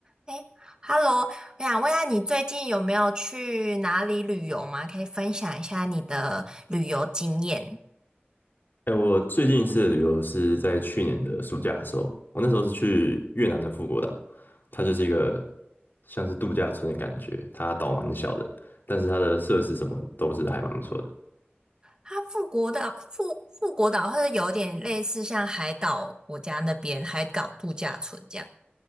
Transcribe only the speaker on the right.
哎，Hello，我想问一下，你最近有没有去哪里旅游吗？可以分享一下你的旅游经验。
它富国岛、富富国岛或者有点类似像海岛国家那边海岛度假村这样。